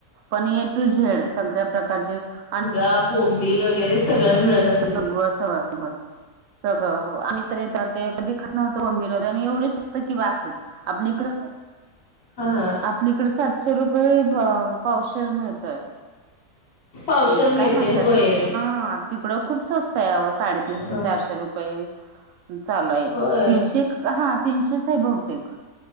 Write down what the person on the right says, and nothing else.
पण ए टू झेड सगळ्या प्रकारचेअन
भगवा <unintelligible> सगळं हो, आम्ही तर येत ते कधी खत नव्हतं बंबीर आणि एवढे स्वस्त आहे की बास. आपल्या इकडं
आपलीकडे सातशे रुपये प- पावशेर मिळतोय.
ते
काय म्हणतात!
हा तिकडं खूप स्वस्त आहे आव साडे तीनशे,
चारशे रुपये. चालो आहे
तीनशे हा तीनशे साहे बहुतेक